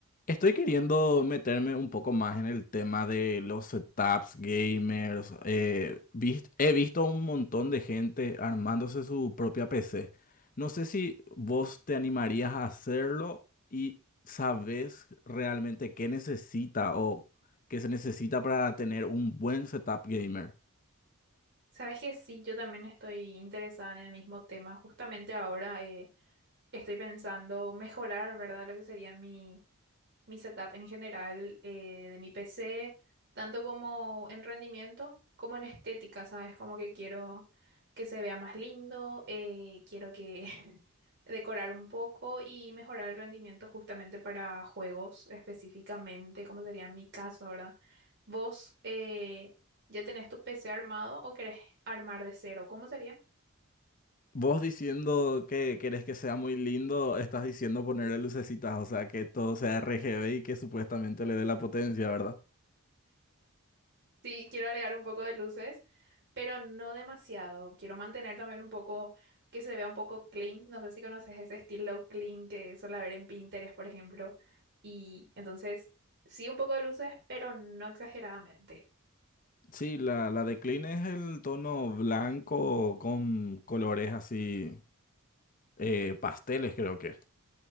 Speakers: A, on the left (about 40°); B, on the right (about 55°).
A: Estoy queriendo meterme un poco más en el tema de los setups gamers. eh, vis- he visto un montón de gente armándose su propia PC. No sé si vos te animarías a hacerlo y sabes realmente qué necesita o qué se necesita para tener un buen setup gamer.
B: Sabes que sí, yo también estoy interesada en el mismo tema. Justamente ahora eh, estoy pensando mejorar, ¿verdad? Lo que sería mi, mi setup en general eh, de mi PC, tanto como en rendimiento como en estética, ¿sabes? Como que quiero que se vea más lindo, eh, quiero que <laughs> decorar un poco y mejorar el rendimiento justamente para juegos específicamente, como sería en mi caso, ¿verdad? ¿Vos eh, ya tenés tu PC armado o querés armar de cero? ¿Cómo sería?
A: Vos diciendo que querés que sea muy lindo, estás diciendo ponerle lucecitas, o sea, que todo sea RGB y que supuestamente le dé la potencia, ¿verdad?
B: Sí, quiero agregar un poco de luces, pero no demasiado. Quiero mantener también un poco que se vea un poco clean. No sé si conoces ese estilo clean que suele ver en Pinterest, por ejemplo. Y entonces, sí, un poco de luces, pero no exageradamente.
A: Sí, la, la de Clean es el tono blanco con colores así, eh, pasteles creo que. es.